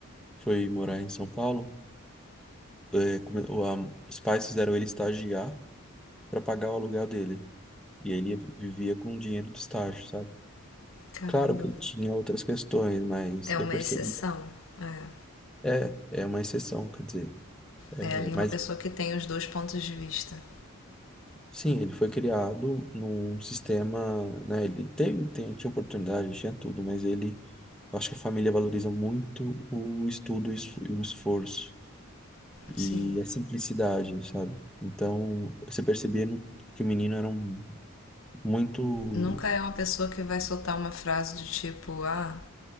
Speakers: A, in the centre; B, on the left.
A: foi morar em São Paulo. eh, come- o- a- os pais fizeram ele estagiar para pagar o aluguel dele. E ele vivia com o dinheiro do estágio, sabe?
B: Caramba.
A: Claro que ele tinha outras questões, mas
B: É uma
A: eu percebi.
B: exceção. É.
A: É, é uma exceção, quer dizer. É,
B: É ali
A: mas
B: uma pessoa que tem os dois pontos de vista.
A: sim, ele foi criado num sistema, né? Ele tem, tem, tinha oportunidade, tinha tudo, mas ele. Eu acho que a família valoriza muito o estudo e o esfo- e o esforço e
B: Sim.
A: a simplicidade, sabe? Então, você percebia no- que o menino era um, muito.
B: Nunca é uma pessoa que vai soltar uma frase de tipo, ah,